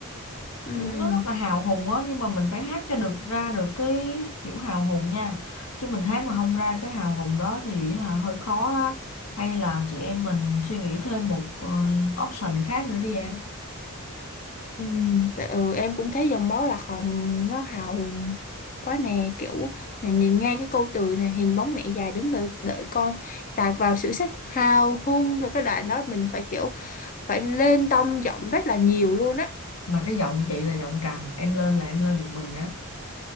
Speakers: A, on the left; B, on the left.
A: Ừm.
B: kiểu nó rất là hào hùng á nhưng mà mình phải hát cho được ra được cái kiểu hào hùng nha chứ mình hát mà không ra cái hào hùng đó thì hả, hơi khó á hay là chị em mình suy nghĩ thêm một ờ, option khác nữa đi em
A: Ừ, tại- ừ, em cũng thấy dòng máu lạc hồng nó hào hùng quá nè kiểu này, nhìn ngay cái câu từ này hình bóng mẹ già đứng đợi đợi con tạt vào sự sắc hào hung rồi cái đoạn đó mình phải kiểu phải lên tông giọng rất là nhiều luôn á
B: mà cái giọng chị là giọng trầm em lên là em lên một mình đó